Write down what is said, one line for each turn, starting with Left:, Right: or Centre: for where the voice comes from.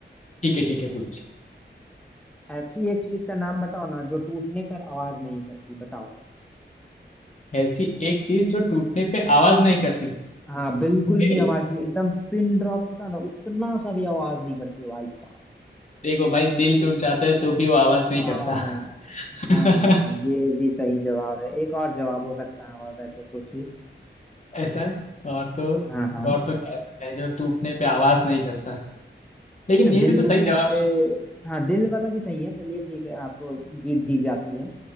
Left: ठीक है ठीक है पूछ
Centre: ऐसी एक चीज का नाम बताओ ना जो टूटने पर आवाज नहीं करती बताओ
Left: ऐसी एक चीज जो टूटने पे आवाज नहीं करती
Centre: हाँ बिल्कुल
Left: दिल
Centre: भी आवाज नहीं एकदम पिन ड्रॉप होता है ना उतना सा भी आवाज नहीं करती है भाई साहब
Left: देखो भाई दिल टूट जाता है तो भी वो आवाज नहीं
Centre: आ,
Left: करता <laughs>
Centre: हाँ ये भी सही जवाब है एक और जवाब हो सकता है और वैसे सोचिए
Left: ऐसा है और तो
Centre: हाँ हाँ
Left: और तो क्या सकता है जो टूटने पे आवाज नहीं करता लेकिन
Centre: वैसे
Left: ये
Centre: दिल
Left: भी तो
Centre: टूटने
Left: सही जवाब
Centre: पे हाँ दिल वाला भी सही है चलिए ठीक है आपको जीत दी जाती है